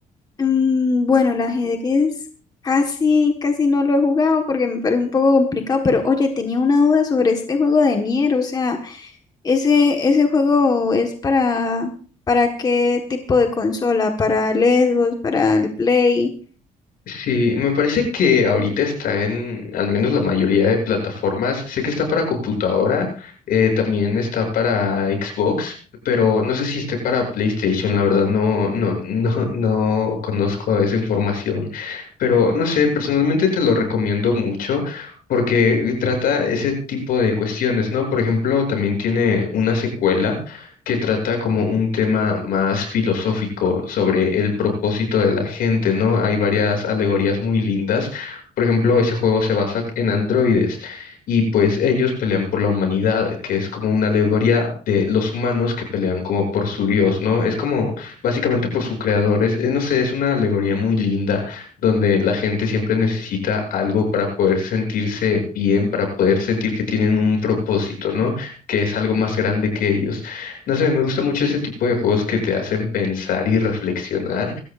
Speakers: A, on the left; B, on the left.
A: Mm, bueno, el ajedrez casi, casi no lo he jugado porque me parece un poco complicado, pero oye, tenía una duda sobre este juego de Nier, o sea. Ese, ese juego es para, ¿para qué tipo de consola? ¿Para el Xbox? ¿Para el Play?
B: Sí, me parece que ahorita está en al menos la mayoría de plataformas. Sé que está para computadora, eh, también está para Xbox, pero no sé si esté para PlayStation. La verdad no, no, <laughs> no, no conozco esa información. Pero no sé, personalmente te lo recomiendo mucho porque trata ese tipo de cuestiones, ¿no? Por ejemplo, también tiene una secuela que trata como un tema más filosófico sobre el propósito de la gente, ¿no? Hay varias alegorías muy lindas. Por ejemplo, ese juego se basa en androides y pues ellos pelean por la humanidad, que es como una alegoría de los humanos que pelean como por su Dios, ¿no? Es como básicamente por su creador. Es, eh, no sé, es una alegoría muy linda donde la gente siempre necesita algo para poder sentirse bien, para poder sentir que tienen un propósito, ¿no? que es algo más grande que ellos. No sé, me gusta mucho ese tipo de juegos que te hacen pensar y reflexionar.